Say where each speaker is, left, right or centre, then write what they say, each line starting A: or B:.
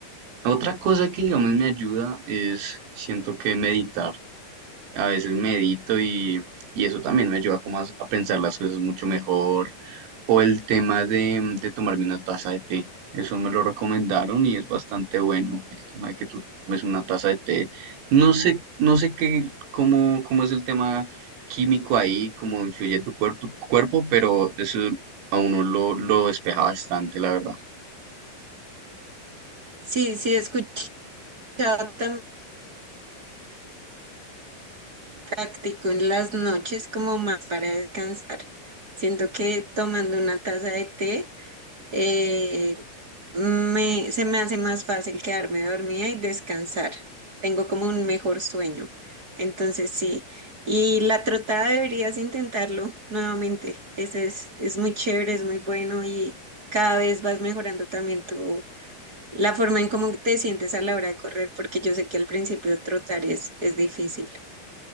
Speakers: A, on the right; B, on the right.
A: Otra cosa que digamos me ayuda es, siento que meditar. A veces medito y, y eso también me ayuda como a, a pensar las cosas mucho mejor. O el tema de, de tomarme una taza de té. Eso me lo recomendaron y es bastante bueno. El tema de que tú tomes una taza de té. No sé, no sé qué, cómo, cómo es el tema químico ahí, cómo influye tu cuerpo, cuerpo, pero eso a uno lo, lo despeja bastante, la verdad.
B: Sí, sí, he escuchado también táctico en las noches como más para descansar. Siento que tomando una taza de té eh, me, se me hace más fácil quedarme dormida y descansar. Tengo como un mejor sueño. Entonces sí. Y la trotada deberías intentarlo nuevamente. Ese es, es muy chévere, es muy bueno y cada vez vas mejorando también tu, la forma en cómo te sientes a la hora de correr, porque yo sé que al principio trotar es, es difícil.